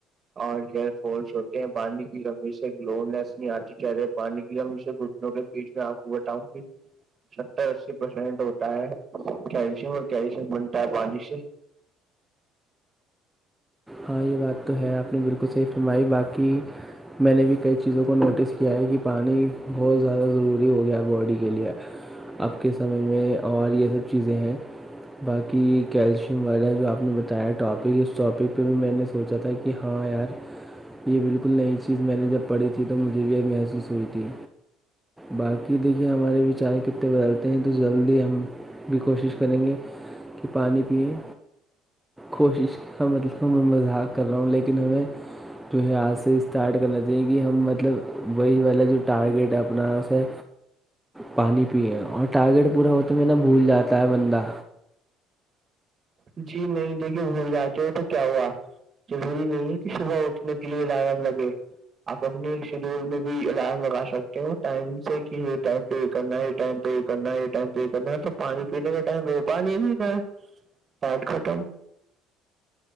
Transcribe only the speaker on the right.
اور ہیئر فالس ہوتے ہیں پانی کی کمی سے گلونیس نہیں آتی چاہ رہی پانی کی لمی سے بیچ میں آپ کو بتااؤں گی ستر اسی پرسینٹ ہوتا ہے کیلشیم اور کیلشیم بنتا ہے پانی سے
جی نہیں دیکھیے بھول ج کے ہے تو کیا ہوا ضروری نہیں ہے کہ صبح اٹھنے کے لیے لائم لگے آپ اپنے شیڈیول میں بھی الارم لگا سکتے ہو ٹائم سے کہ یہ ٹائم یہ کرنا ہے یہ ٹائم پہ یہ کرنا یہ ائم پہ یہ کرنا ہے تو پانی پینے کا م پانی بھی نہ پاٹ کٹم